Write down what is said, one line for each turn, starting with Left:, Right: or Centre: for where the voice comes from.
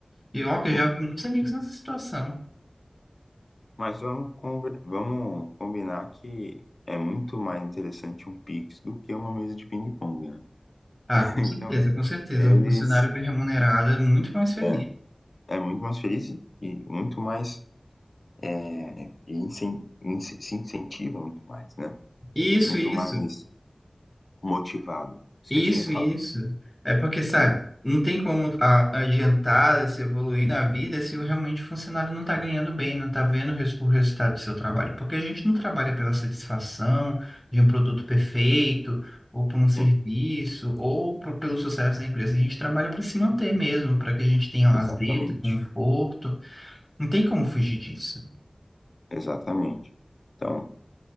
Centre: E ó, que eu
Left: sim.
Centre: já vi muitos amigos nessa situação.
Left: Mas vamos, conver- vamos combinar que é muito mais interessante um Pix do que uma mesa de ping-pong, né?
Centre: Ah,
Left: <laughs>
Centre: com
Left: Então,
Centre: certeza, com certeza.
Left: eles
Centre: Um funcionário bem remunerado é muito mais feliz.
Left: é, é muito mais feliz e muito mais é, e incen- ince- se incentiva muito mais, né?
Centre: Isso,
Left: Muito
Centre: isso,
Left: mais motivado. Esqueci
Centre: isso,
Left: a palavra.
Centre: isso. É porque, sabe,
Left: Ah,
Centre: não tem como a- adiantar, se evoluir na vida se o- realmente o funcionário não está ganhando bem, não está vendo o res- o resultado do seu trabalho. Porque a gente não trabalha pela satisfação de um produto perfeito, ou por um serviço,
Left: sim,
Centre: ou por- pelo sucesso da empresa. A gente trabalha para se manter mesmo, para que a gente tenha lazer,
Left: exatamente.
Centre: conforto. Não tem como fugir disso.
Left: Exatamente. Então,